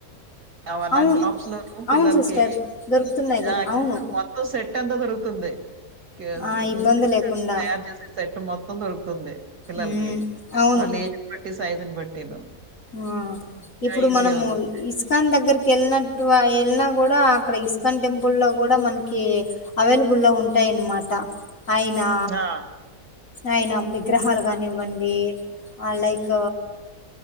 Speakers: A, on the right; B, on the left.
A: అ అలాంటి
B: అవును
A: షాప్స్ లోను పిల్లలకి
B: అవును సిస్టర్ దొరుకుతున్నాయి కదా
A: ఆ
B: అవును
A: మొత్తం సెట్ ఎంత దొరుకుతుంది అది
B: ఆ ఇబ్బంది
A: కృష్ణుడికి
B: లేకుండా
A: తయారు చేసే సెట్ మొత్తం దొరుకుతుంది పిల్లలకి
B: మ్మ్ అవును
A: వాళ్ళ ఏజ్ బట్టి సైజు బట్టిను
B: ఆ
A: ఇంకా
B: ఇప్పుడు
A: ఈజీ
B: మనము
A: అవుతుంది.
B: ఇస్కాన్ దగ్గరకి కేల్నట్టుగా వెళ్ళిన కూడా అక్కడ ఇస్కాన్ టెంపుల్ లో కూడా మనకి అవైలబుల్ లో ఉంటాయి అన్మాట ఆయినా
A: ఆ!
B: ఆయిన విగ్రహాలు కానివ్వండి లైక్